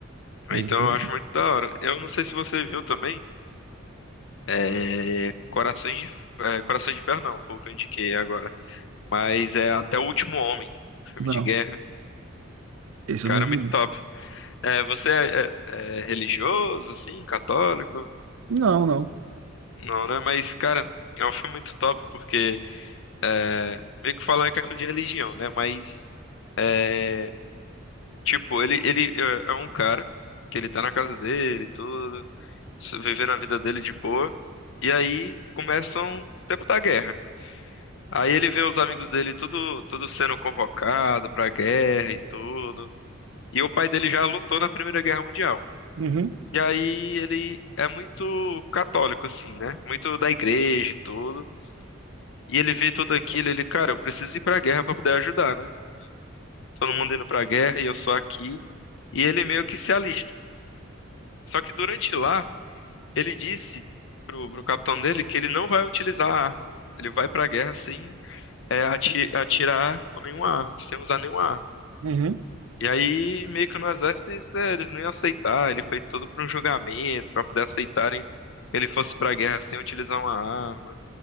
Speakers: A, on the right (about 80°); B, on the left (about 65°).
A: Mas
B: Então eu
A: eu-
B: acho muito da hora. Eu não sei se você viu também. É, Corações de, é, Corações de Ferro não, foi o que eu indiquei agora. Mas é Até o Último Homem, filme
A: não,
B: de guerra.
A: esse
B: Cara,
A: eu não vi.
B: é muito top. É, você é, é- é religioso, assim, católico?
A: Não, não. não.
B: Não, né? Mas, cara, é um filme muito top porque é, meio que falar em questão de religião, né? Mas, é, tipo, ele, ele é é um cara que ele tá na casa dele, e tudo, so- vivendo a vida dele de boa. E aí começam o tempo da guerra. Aí ele vê os amigos dele tudo, tudo sendo convocado pra guerra e tudo. E o pai dele já lutou na Primeira Guerra Mundial.
A: Uhum,
B: E aí ele é muito católico, assim, né? Muito da igreja e tudo. E ele vê tudo aquilo, ele, cara, eu preciso ir pra guerra pra poder ajudar, né? todo mundo indo pra guerra e eu só aqui. E ele meio que se alista. Só que durante lá, ele disse pro, pro capitão dele que ele não vai utilizar a arma. Ele vai pra guerra sem é, ati- atirar com nenhuma arma, sem usar nenhuma arma.
A: uhum.
B: E aí, meio que no exército, isso, é, eles não iam aceitar. Ele foi todo para um julgamento, para poder aceitarem que ele fosse para a guerra sem utilizar uma arma.